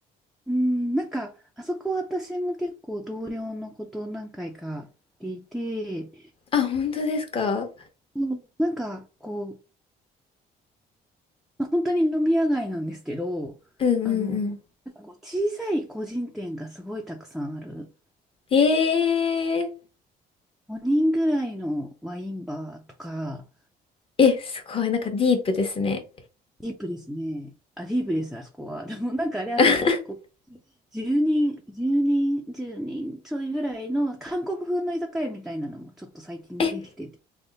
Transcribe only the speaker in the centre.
うん、なんか、あそこ私も結構同僚のこと何回か聞いて、
そうなんかこう、まあ本当に飲み屋街なんですけど、
あの、なんかこう小さい個人店がすごいたくさんある。
5人ぐらいのワインバーとか、
ディープですね。あ、ディープです、あそこは。でもなんかあれ、あと、
こう、10人、10人、10人ちょいぐらいの韓国風の居酒屋みたいなのもちょっと最近できてて、